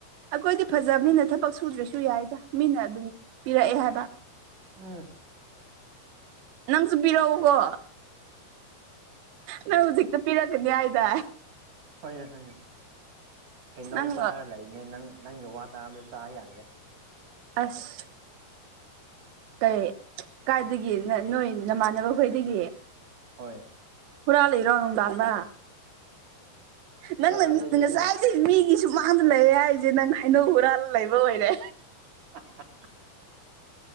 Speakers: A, on the right; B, on the right.
A: ꯑꯩꯈꯣꯏꯗꯤ ꯐꯖꯕꯅꯤꯅ ꯊꯕꯛ ꯁꯨꯗ꯭ꯔꯁꯨ ꯌꯥꯏꯗ ꯃꯤꯅ ꯑꯗꯨꯝ ꯄꯤꯔꯛꯑꯦ ꯍꯥꯏꯕ
B: ꯎꯝ
A: ꯅꯪꯁꯨ ꯄꯤꯔꯛꯎꯀꯣ ꯅꯪ ꯍꯧꯖꯤꯛꯇ ꯄꯤꯔꯛꯀꯅꯤ ꯍꯥꯏꯗꯥꯏ
B: ꯍꯣꯏ ꯍꯣꯏ ꯍꯩꯅꯧ
A: ꯅꯪ
B: ꯆꯥꯔ ꯂꯩ ꯅꯪ ꯅꯪꯒꯤ ꯋꯥ ꯇꯥꯕꯗ ꯆꯥ ꯌꯥꯗ꯭ꯔꯦ
A: ꯑꯁ ꯀꯩ ꯀꯥꯏꯗꯒꯤ ꯅꯣꯏ ꯅꯃꯥꯟꯅꯕ ꯈꯣꯏꯗꯒꯤ
B: ꯍꯣꯏ
A: ꯍꯨꯔꯥꯟ ꯂꯤꯔꯣ ꯅꯨꯗꯥꯡꯗ ꯅꯪꯅ
B: ꯀꯥꯏꯗꯩꯅꯣꯗ
A: ꯉꯁꯥꯏ ꯑꯩ ꯃꯤꯒꯤ ꯁꯨꯃꯥꯡꯗ ꯂꯩꯔꯦ ꯍꯥꯏꯁꯦ ꯅꯪ ꯍꯩꯅꯧ ꯍꯨꯔꯥꯜ ꯂꯩꯕ ꯑꯣꯏꯔꯦ
B: <unintelligible>